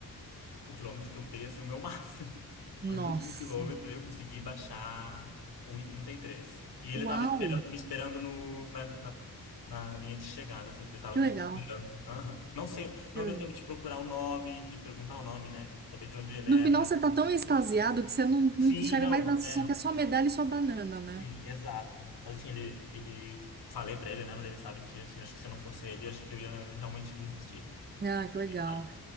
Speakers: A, on the left; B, on the right.
A: o quilômetro que eu dei assim o meu <laughs> máximo.
B: Nossa,
A: Foi no último quilômetro eu consegui baixar 1,33. E trinta e três. E ele
B: uau,
A: tava espera- me esperando no, na, na, na linha de chegada, assim, que ele tava
B: que
A: me
B: legal,
A: procurando. Aham. Não sei,
B: que
A: não
B: legal.
A: deu tempo de procurar o nome, de perguntar o nome, né? Saber de onde ele
B: No
A: era,
B: final
A: mas...
B: você tá tão extasiado que você não
A: Sim,
B: não enxerga
A: não,
B: mais nada, você
A: é,
B: só quer sua medalha e sua banana, né?
A: sim, exato. Mas assim, ele, ele... Falei pra ele, né? Mas ele sabe que, assim, acho que se não fosse ele, acho que eu ia realmente desistir.
B: Ah, que legal.
A: Eu ia parar.